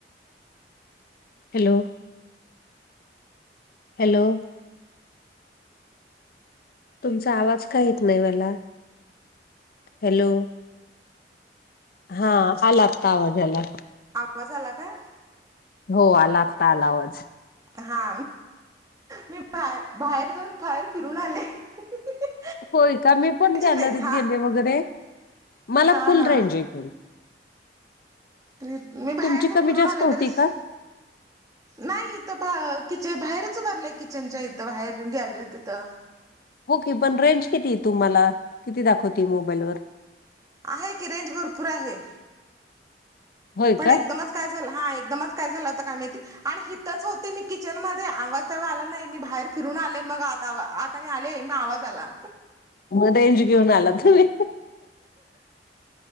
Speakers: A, on the left; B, on the right.
A: हॅलो. हॅलो. तुमचा आवाज काय येत नाही मला? हॅलो. हा आला आता आवाजाला.
B: आवाज आला का?
A: हो आलागता आला आवाज.
B: हा मी बा बाहेर जाऊन बाहेर फिरून आले. म्हणजे
A: होय का मी पण गॅलरीत
B: नाही हा
A: गेले वगैरे. मला
B: हा
A: फुल
B: हा
A: रेंज आहे इथे.
B: तरी मी बाहेर
A: तुमची
B: जाऊन
A: कमी
B: फिरून
A: जास्त
B: आल
A: होती
B: तरीच
A: का?
B: नाही इथं बा किचे बाहेरच भरलेय किचनच्या इथं बाहेर गॅलरीत तिथं.
A: होओके पण रेंज किती तुम्हाला किती दाखवते मोबाईलवर?
B: आहे की रेंज भरपूर आहे.
A: होय
B: पण
A: का?
B: एकदमच काय झालं हा एकदमच काय झालं होता काय माहिती? आणि हथच होते मी किचन मध्ये आवाजवे आला नाही मी बाहेर फिरून आले मग आता. आले मग आवाज आला.
A: मग रेंज घेऊन आला तुम्ही.